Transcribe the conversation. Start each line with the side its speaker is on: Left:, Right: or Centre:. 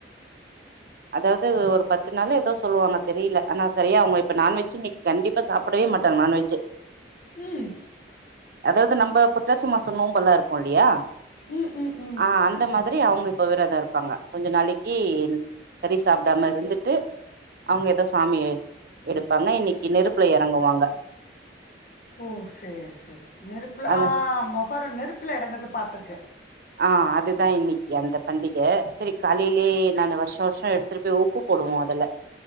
Right: அதாவது ஒரு பத்து நாள் ஏதோ சொல்லுவாங்க தெரியல ஆனா சரியா அவங்க இப்ப நான்வெஜு இன்னைக்கு கண்டிப் இப்ப சாப்டவே மாட்டாங்க நான்வெஜி
Left: உம்
Right: அதாவது நம்ம புரட்டாசி மாசோ நோம்பல்லா இருப்போ இல்லியா
Left: ம் ம் ம்
Right: ஆ அந்த மாதிரி அவங்க இப்ப விரதம் இருப்பாங்க கொஞ்ச நாளைக்கி கறி சாப்டாமா இருந்துட்டு அவங்க ஏதோ சாமி எடுப்பாங்க இன்னைக்கு நெருப்புல இறங்குவாங்க
Left: ஓ சேரி சேரி நெருப்புல
Right: அது
Left: ஆ மொகரம் நெருப்புல இறங்குறத பாத்துருக்கே
Right: ஆ அதுதா இன்னைக்கு அந்த பண்டிக சரி காலேலே நானு வர்ஷ வர்ஷ எடுத்துட்டு போய் உப்பு போடுவோ அதுல